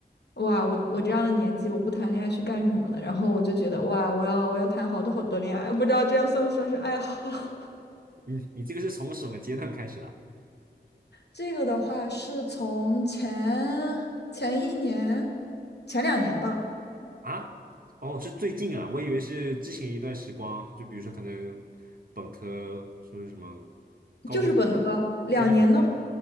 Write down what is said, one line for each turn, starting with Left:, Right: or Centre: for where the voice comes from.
Left: 哇，我我这样的年纪，我不谈恋爱去干什么呢？然后我就觉得，哇，我要我要谈好多好多恋爱，不知道这样算不算是爱好？<laughs>
Right: 你你这个是从什么阶段开始的
Left: 这个的话是从前前一年、前两年吧，
Right: 啊？哦，是最近啊，我以为是之前一段时光，就比如说可能本科说是什么高中，
Left: 就是本科两年的话，
Right: 就是本科